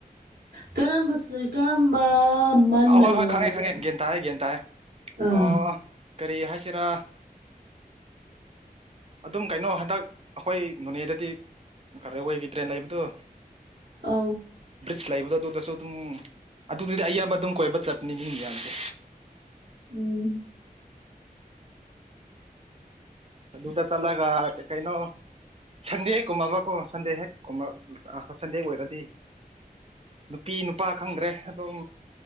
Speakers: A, on the right (about 70°); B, on the right (about 40°).
A: ꯀꯔꯝꯕ ꯁꯤ꯫ ꯀꯔꯝꯕ ꯃꯅꯅ
B: ꯑꯍꯣꯏ ꯍꯣꯏ
A: ꯍꯥꯏꯔꯖ
B: ꯈꯪꯉꯦ ꯈꯪꯉꯦ ꯒ꯭ꯌꯥꯟ ꯇꯥꯏꯌꯦ ꯒ꯭ꯌꯥꯟ ꯇꯥꯏꯌꯦ
A: ꯑꯥ
B: ꯑꯣ ꯀꯔꯤ ꯍꯥꯏꯁꯤꯔꯥ ꯑꯗꯨꯝ ꯀꯩꯅꯣ ꯍꯟꯗꯛ ꯑꯩꯈꯣꯏ ꯅꯣꯅꯦꯗꯗꯤ ꯀꯔꯦꯋꯦꯒꯤ ꯇ꯭ꯔꯦꯟ ꯂꯩꯕꯗꯣ
A: ꯑꯥꯎ꯫
B: ꯕ꯭ꯔꯤꯖ ꯂꯩꯕꯗꯣ ꯑꯗꯨꯗꯁꯨ ꯑꯗꯨꯝ ꯑꯗꯨꯗꯨꯗꯤ ꯑꯌꯥꯝꯕ ꯑꯗꯨꯝ ꯀꯣꯏꯕ ꯆꯠꯄꯅꯤ ꯃꯤ ꯃꯌꯥꯝꯁꯦ꯫
A: ꯎꯝ
B: ꯗꯨꯇ ꯆꯂꯒ ꯀꯩꯅꯩꯅꯣ ꯁꯟꯗꯦ ꯍꯦꯛ ꯀꯨꯝꯃꯕꯀꯣ ꯁꯟꯗꯦ ꯍꯦꯛ ꯀꯨꯝ ꯁꯟꯗꯦ ꯑꯣꯏꯔꯗꯤ ꯅꯨꯄꯤ ꯅꯨꯄꯥ ꯈꯪꯗ꯭ꯔꯦ ꯑꯗꯨꯝ